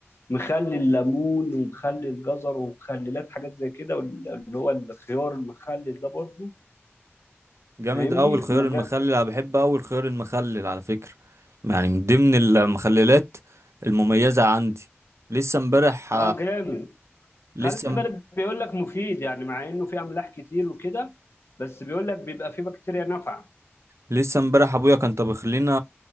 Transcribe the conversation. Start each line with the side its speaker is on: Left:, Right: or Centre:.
Left: مخلل ليمون ومخلل جزر ومخللات حاجات زي كده وال- اللي هو الخيار المخلل ده برضه
Right: جامد
Left: فاهمني
Right: قوي الخيار
Left: مجاب
Right: المخلل انا بحب قوي الخيار المخلل على فكره يعني من ضمن المخللات المميزه عندي لسه امبارح
Left: اه جامد
Right: لسه
Left: خلي بالك بيقول لك مفيد يعني مع انه في املاح كتير وكده بس بيقول لك بيبقى في بكتيريا نافعه
Right: لسه امبارح ابويا كان طبخ لنا